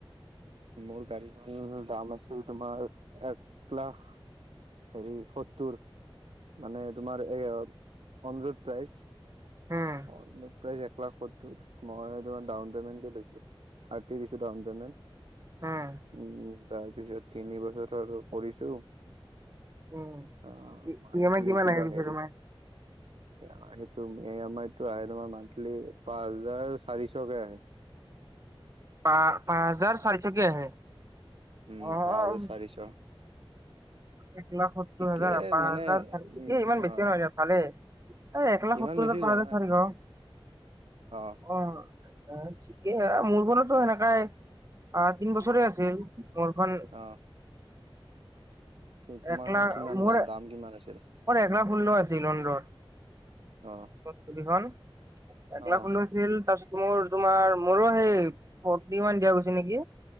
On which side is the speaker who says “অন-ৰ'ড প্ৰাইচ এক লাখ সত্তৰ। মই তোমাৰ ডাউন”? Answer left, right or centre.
Right